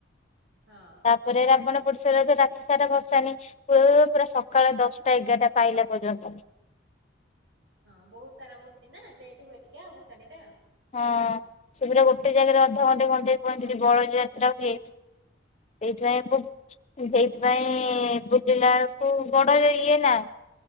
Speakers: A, on the right; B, on the left.
A: ହଁ।
B: ତାପରେ ରାବଣ ପଡିୁଛି। ରାତି ସାରା ବସାନି ପୁରା ସକାଳ ଦଶଟା ଏଗାରଟା ପାଇଲା ପର୍ଯ୍ୟନ୍ତ।
A: ହଁ ବହୁତ ସାରା ମୂର୍ତ୍ତି ନା ଲେଟ୍ ହୁଏ ଟିକେ ଅବସଣୀରେ ଆଉ।
B: ହଁ ସେ ପୁର ଗୋଟେ ଜାଗାରେ ଅଧଘଣ୍ଟେ ଘଣ୍ଟେଇ ପହଞ୍ଚଥିଲି ବଡୋ ଯାତ୍ରା ହୁଏ ସେଇଥିପାଇଁ ସେଇଥିପାଇଁ ବୁଲିଲା କୁ ବଡୋ ଇଏ ନା?